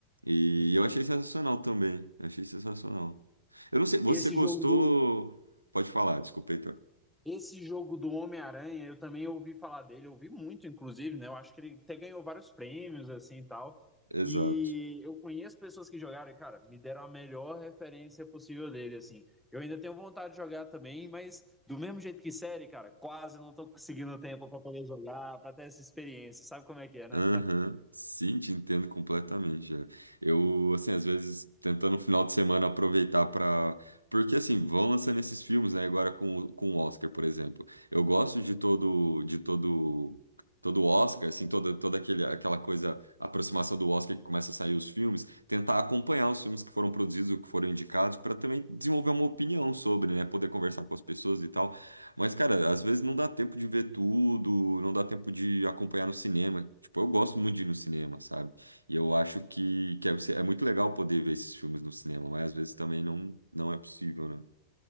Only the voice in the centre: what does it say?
Sim.
Esse
jogo do
esse jogo do Homem-Aranha, eu também ouvi falar dele, eu ouvi muito, inclusive, né? Eu acho que ele até ganhou vários prêmios, assim e tal.
E eu conheço pessoas que jogaram e, cara, me deram a melhor referência possível dele, assim. Eu ainda tenho vontade de jogar também, mas do mesmo jeito que série, cara, quase não tô conseguindo tempo pra poder jogar, pra ter essa experiência. Sabe como é que é, né?